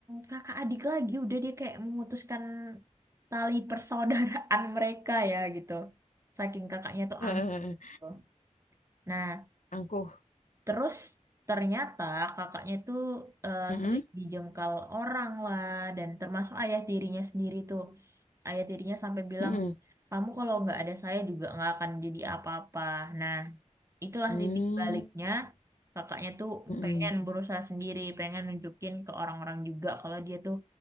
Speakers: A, on the right (about 25°); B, on the left (about 80°).
A: kakak adik lagi, udah dia kayak memutuskan tali persaudaraan <laughs> mereka ya gitu. Saking kakaknya tuh
B: Heeh.
A: angkuh. Nah,
B: Angkuh.
A: Terus ternyata kakaknya itu eh,
B: Heeh.
A: sering dijengkal orang lah dan termasuk ayah tirinya sendiri tuh. Ayah tirinya sampai bilang,
B: Heeh.
A: kamu kalau nggak ada saya juga nggak akan jadi apa-apa. Nah, itulah
B: Hmm.
A: titik baliknya. Kakaknya tuh
B: Heeh.
A: pengen berusaha sendiri, pengen nunjukin ke orang-orang juga kalau dia tuh